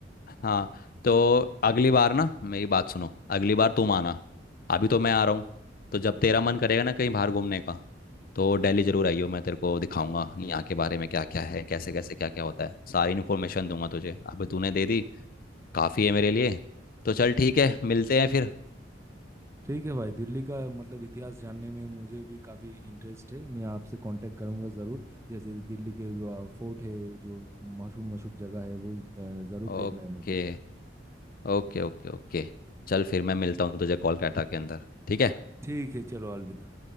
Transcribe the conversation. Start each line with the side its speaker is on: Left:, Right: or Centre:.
Left: हाँ तो अगली बार ना मेरी बात सुनो अगली बार तुम आना अभी तो मैं आ रहा हूँ तो जब तेरा मन करेगा ना कहीं बाहर घूमने का तो दिल्ली जरूर आइयो मैं तेरे को दिखाऊंगा यहाँ के बारे में क्या क्या है कैसे कैसे क्या क्या होता है सारी इन्फॉर्मेशन दूंगा तुझे अभी तूने दे दी काफ़ी है मेरे लिए तो चल ठीक है मिलते हैं फिर
Right: ठीक है भाई दिल्ली का मतलब इतिहास जानने में मुझे भी काफ़ी इंटरेस्ट है मैं आपसे कांटेक्ट करूंगा ज़रूर जैसे दिल्ली के जो फोर्ट है जो मशहूर मशहूर जगह है वो ज़रूर
Left: Okay
Right: देखना है मुझे
Left: okay okay okay चल फिर मैं मिलता हूँ तुझे कोलकाता के अंदर ठीक है
Right: ठीक है चलो अलविदा